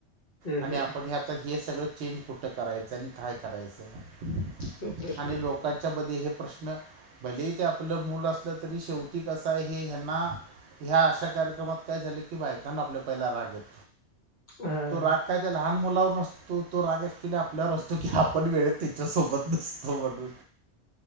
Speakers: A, on the left; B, on the right.
A: ह
B: आणि
A: ह
B: आपण हे आता इथं हे सगळं चेंज कुठं करायचं, आणि काय करायचं
A: तो प्रश्न
B: आणि
A: होता
B: लोकांच्या मध्ये हे प्रश्न, भले ते आपलं मूल असलं तरी शेवटी कस आहे हे ह्यांना. ह्या अशा कार्यक्रमात काय झाली की कि बायकांना आपल्या पहिला राग येतो.
A: हा
B: तो राग काय त्या, लहान मुलावर नसतो. तो तो राग ऍक्च्युली आपल्यावर असतो, की आपण वेळेत तिचा सोबत नसतो म्हणून.